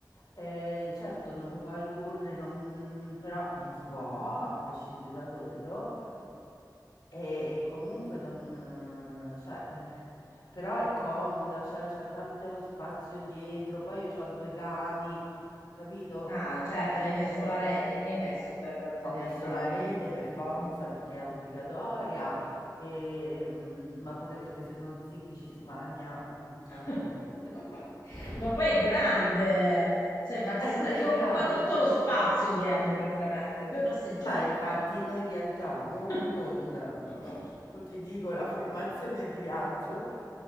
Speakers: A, on the left; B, on the left.
A: Eh, certo, non puoi correre, non- però non si può, a prescindere da quello. E, e comunque non... eh, cioè, eh, però è comoda, cioè, c'ha tanto spazio dietro, poi io ho due cani, capito?
B: Ah, certo,
A: Eh,
B: hai messo la rete che hai messo per tenere
A: ho messo
B: i cani?
A: la rete per forza
B: Mm.
A: perché è obbligatoria, e, mm, ma pure perché se no Ziggy ci si magna. mm, cioè,
B: <laughs>
A: mm, che- che- <laughs>
B: Ma poi è grande, cioè, ma ti,
A: Eh,
B: sta,
A: lui
B: ti
A: è
B: occupa
A: grande,
B: tutto
A: appunto.
B: lo spazio dietro praticamente, due passeggeri.
A: Ma infatti noi viaggiamo
B: <laughs>
A: con, <laughs> non ti dico, la formazione di viaggio.